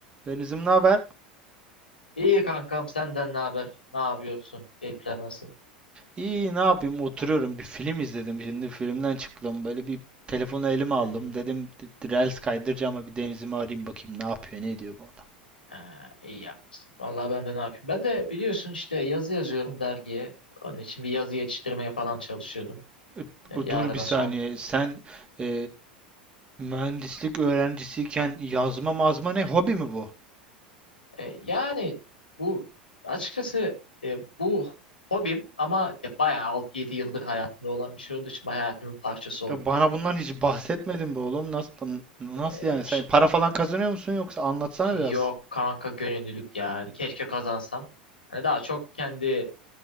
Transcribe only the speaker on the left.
İyi kankam senden ne haber? Ne yapıyorsun? Keyifler nasıl?
Hmm,
ha, iyi yapmışsın. Vallahi ben de ne yapayım? Ben de biliyorsun işte yazı yazıyorum dergiye. Onun için bir yazı yetiştirmeye falan çalışıyordum.
E, yarına
son.
E, yani bu açıkçası e, bu hobim ama ya bayağı 6-7 yıldır hayatımda olan bir şey olduğu için bayağı hayatımın parçası oldu
kanka.
E,
Yok
kanka gönüllülük yani. Keşke kazansam. Hani daha çok kendi e,